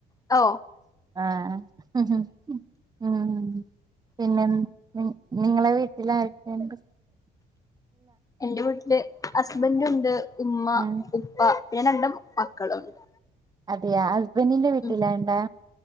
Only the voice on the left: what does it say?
ഓ
എന്റെ വീട്ടില് ഹസ്ബൻ്റുണ്ട് ഉമ്മ
ഉപ്പ രണ്ട് മക്കളുണ്ട്
ഉം